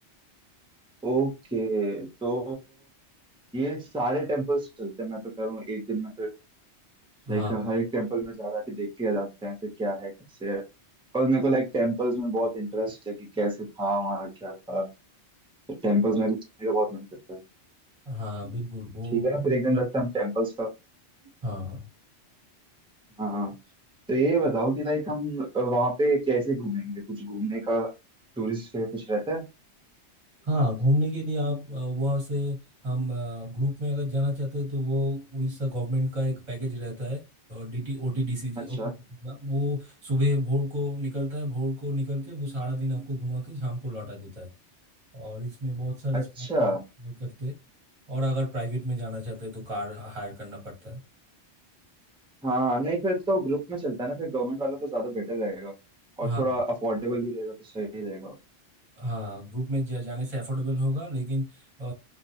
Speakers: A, in the centre; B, on the right.
A: ओके तो ये सारे टेम्पल्स चलते हैं मैं तो कह रहा हूँ एक दिन में फिर लाइक
B: हाँ
A: हर एक टेम्पल में जा रहा के देख के आ जाते हैं फिर क्या है कैसे है और मेरे को लाइक टेम्पल्स में बहुत इंटरेस्ट है कि कैसे था हमारा क्या था तो टेम्पल्स में घूमने का बहुत मन करता है
B: हाँ बिल्कुल वो
A: ठीक है ना फिर एक दिन रखते हैं हम टेम्पल्स का
B: हाँ हाँ
A: हाँ हाँ। तो ये बताओ कि लाइक हम वहां पे कैसे घूमेंगे कुछ घूमने का टूरिस्ट के लिए कुछ रहता है
B: हाँ घूमने के लिए आप अ, वहाँ से हम ग्रुप में अगर जाना चाहते हैं तो वो उड़ीसा गवर्नमेंट का एक पैकेज रहता है और डीटी ओटीडीसी
A: अच्छा
B: ओटीडीसी का वो सुबह भोर को निकलता है भोर को निकल के वो सारा दिन आपको घुमा के शाम को लौटा देता है और इसमें बहुत सारे
A: अच्छा
B: स्पॉट कवर करते हैं। और अगर प्राइवेट में जाना चाहते हैं तो कार हायर करना पड़ता है
A: हाँ नहीं फिर तो ग्रुप में चलता है ना फिर गवर्नमेंट वाला तो ज्यादा बेटर रहेगा और
B: हाँ
A: थोड़ा अफोर्डेबल भी रहेगा तो सही रहेगा
B: हाँ ग्रुप में जा, जाने से अफोर्डेबल होगा लेकिन अ,